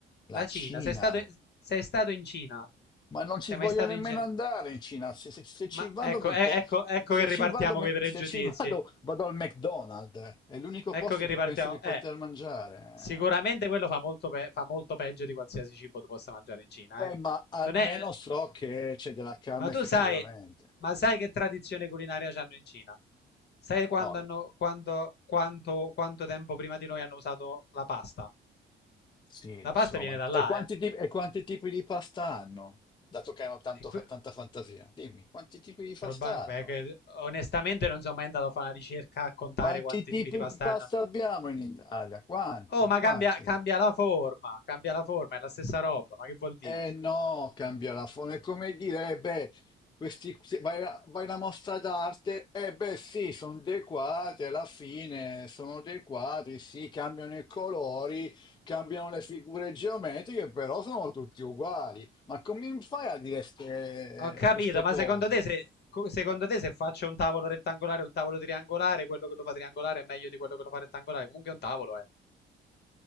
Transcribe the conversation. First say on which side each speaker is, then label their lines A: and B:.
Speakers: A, on the left (about 25°); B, on the left (about 55°).
A: la
B: La
A: Cina.
B: Cina, sei stato, sei stato in Cina?
A: Ma non ci
B: Sei
A: voglio
B: mai stato
A: nemmeno
B: in Cina?
A: andare in Cina. Se, se- se ci
B: Ma
A: vado
B: ecco,
A: mi
B: eh,
A: po-
B: ecco, ecco
A: Se
B: che ripartiamo
A: ci vado, mi-
B: con i pregiudizi.
A: se ci <laughs> vado, vado al McDonald's. È l'unico
B: Ecco
A: posto
B: che
A: in
B: ripartiamo.
A: cui penso di poter
B: Eh,
A: mangiare.
B: sicuramente quello fa molto, pe- fa molto peggio di qualsiasi cibo tu possa mangiare in Cina,
A: Eh,
B: eh.
A: ma almeno
B: Non è...
A: so che c'è della carne
B: Ma tu
A: effettivamente.
B: sai, ma sai che tradizione culinaria c'hanno in Cina? Sai quando
A: No,
B: hanno, quando, quanto, quanto tempo prima di noi hanno usato la pasta?
A: Sì,
B: La
A: lo
B: pasta
A: so,
B: viene
A: ma...
B: da là,
A: E quanti
B: eh.
A: tipi, e quanti tipi di pasta hanno? Dato che hanno tanto
B: E
A: fa-
B: que-
A: tanta fantasia. Dimmi, quanti tipi di
B: proba-
A: pasta
B: beh,
A: hanno?
B: che- onestamente non sono mai andato a fare una ricerca a contare
A: Quanti
B: quanti
A: tipi
B: tipi di pasta
A: di pasta
B: hanno.
A: abbiamo in Italia? Quanti?
B: Oh, ma
A: Quanti?
B: cambia, cambia la forma, cambia la forma, è la stessa roba, ma che vuol dire?
A: Eh no, cambia la forma. È come dire, eh beh, questi, se vai, a- vai alla mostra d'arte, eh beh sì, sono dei quadri, alla fine sono dei quadri, sì, cambiano i colori, cambiano le figure geometriche, però sono tutti uguali. Ma come fai a dire ste-
B: Ho capito,
A: queste
B: ma
A: cose?
B: secondo te se, co- secondo te se faccio un tavolo rettangolare e un tavolo triangolare, quello che lo fa triangolare è meglio di quello che lo fa rettangolare? Comunque è un tavolo, eh.